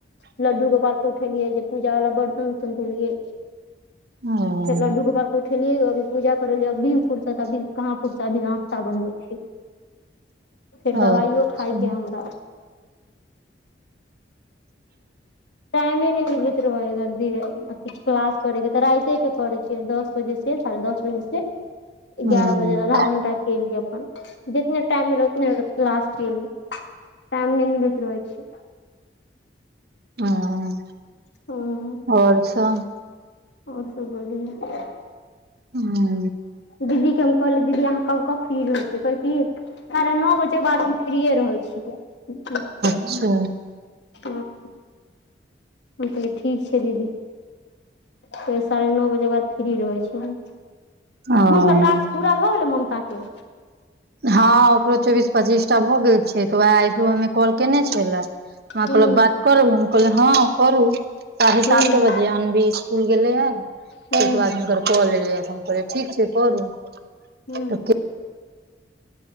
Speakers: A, on the left; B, on the right.
A: लड्डू गोपाल के उठेलियै जे पूजा बला बर्तन-उर्तन धोलियै।
B: ह
A: फेर लड्डू गोपाल के उठेलिए यै अभी पूजा करलिए अभी फुर त कभी कहाँ फुरसत, अभी नास्ता बनबय छीयै फेर दबाइयो
B: अच्छा
A: खाय के हमरा टाइमे नै मिलैत रहय <unintelligible> अथी क्लास करय के ते राइते कै करय छियै दस बजे से साढ़े दस बजे से एगारह
B: ह
A: बजे आधा घंटा दिन के अपन जेतने टाइम मिलत ओतने क्लास <unintelligible> टाइम नै मिलैत रहय छै।
B: हां।
A: हां।
B: परछान
A: आओर सब बढिया।
B: हूं
A: दीदी के हम कलै दीदी अहाँ कबकब फ्री रहै छियै? साढ़े नओ बजेके बाद हम फ्रिए रहैऽ छियै।
B: अच्छा।
A: हं- हम कलियै ठीक छै दीदी, फेर साढ़े नओ बजे बाद फ्री रहै छी हम्।
B: ह
A: हुनकर टास्क पूरा भऽ गेलै? ममता के?
B: हँ ओकरो चौबीस- पच्चीस टा भऽ गेल छै तऽ उहै आय सुबह में कॉल केने छलै। हमरा
A: हुँ
B: कहलक बात करू, हम कहलियै हँ करू, साढ़े
A: हुँ
B: साते बजे अनबी कुल गेलैयैऽ,
A: हुँ
B: तय के बाद हुनकर कॉल एलैयै तऽ हम कहलियै ठीक छै करू।
A: हूं-
B: तऽ